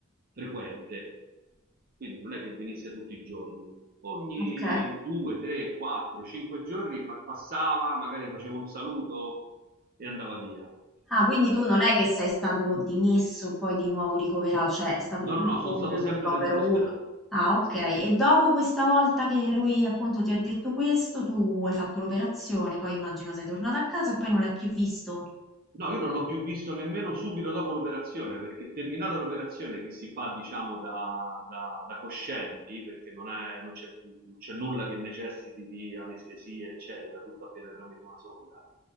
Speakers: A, on the right (about 45°); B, in the centre.
A: frequente, quindi non è che venisse tutti i giorni. Ogni
B: Ok.
A: due, tre, quattro, cinque giorni fa- passava, magari faceva un saluto e andava via.
B: Ah, quindi
A: Eh,
B: tu non è che sei stato dimesso e poi di nuovo ricoverato, cioè è stato
A: no,
B: tutto
A: no, no, sono
B: un
A: stato
B: un
A: sempre
B: ricovero
A: dentro l'ospedale.
B: unico. Ah, ok.
A: Sì.
B: E dopo questa volta che lui appunto ti ha detto questo, tu hai fatto l'operazione, poi immagino sei tornato a casa e poi non l'hai più visto.
A: No, io non l'ho più visto nemmeno subito dopo l'operazione, perché terminata l'operazione che si fa, diciamo, da, da- da coscienti, perché non è- non c'è, non c'è nulla che necessiti di anestesia, eccetera, tutto avviene tramite una sonda.